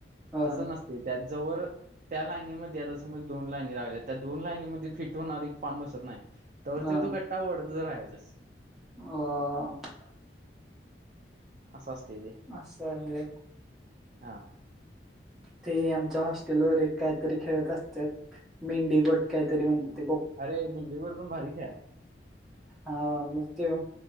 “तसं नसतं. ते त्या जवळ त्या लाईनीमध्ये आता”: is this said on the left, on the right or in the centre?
Right